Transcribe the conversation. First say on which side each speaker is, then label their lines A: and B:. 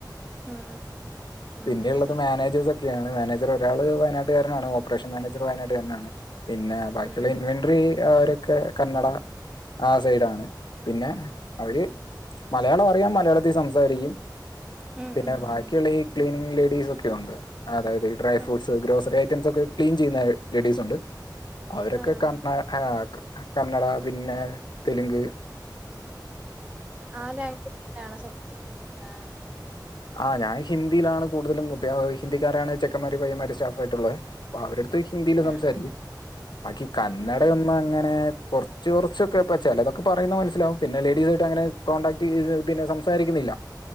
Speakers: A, on the right; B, on the left.
A: ഉം ഉം ആഹ്
B: പിന്നെ ഇള്ളെത് മാനേജേസാെക്ക് നാണ് മാനേജെറ് ഒരാള് വയനാട്ട്കാരനാണ് ഓപ്പറേഷൻ മാനേജെറ് വയനാട്ട്കാര്നാണ് പിന്നെ ബാക്കിയുള്ള
A: ഉം
B: ഇൻവെൻട്റി അവരൊക്കെ കന്നഡ ആ സൈഡാണ് പിന്നെ അവര് മലയാളം അറിയാം മലയാളത്തി സംസാരിക്കും
A: ഉം ഉം
B: പിന്നെ
A: ഉം
B: ബാക്കിയ്ള്ള ഈ ക്ലീനിങ് ലേഡീസാെക്കെയുണ്ട് അതായത് ഈ ഡ്രേ
A: ഉം
B: ഫ്രൂട്ട്സ് ഗ്രോസറി ഐറ്റംസാെക്കെ ക്ലീൻ ചെയ്യ്ന്നെ ലേഡീസുണ്ട് അവരൊക്കെ
A: ആഹ്
B: ക
A: ആഹ്
B: ണ് ഏഹ് ക് കന്നഡ പിന്നെ തെല്ങ്ക്
A: ആഹ് <unintelligible> സ്വ ആഹ്
B: ആഹ് ഞാൻ ഹിന്ദിയിലാണ് കൂട്തലും മുത്തെ ഹിന്ദിക്കാരാണ് ചെക്കന്മാര് പയ്യമ്മാര് സ്റ്റാഫായ്ട്ട്ള്ളെ പ്പ അവരട്ത്ത് ഹിന്ദിയില് സംസാരിയ്ക്കും
A: ആഹ്
B: ബാക്കി കന്നഡയൊന്നും
A: ഉം ഉം
B: അങ്ങെനെ കൊർ ർച്ച് കൊർച്ചൊക്കെപ്പ ചെലെതാെക്കെ പറയ്ന്നെ മനസ്സിലാവും പിന്നെ ലേഡീസായിട്ടങ്ങനെ കോൺണ്ടാക്ട് പിന്നെ സംസാരിക്കുന്നില്ല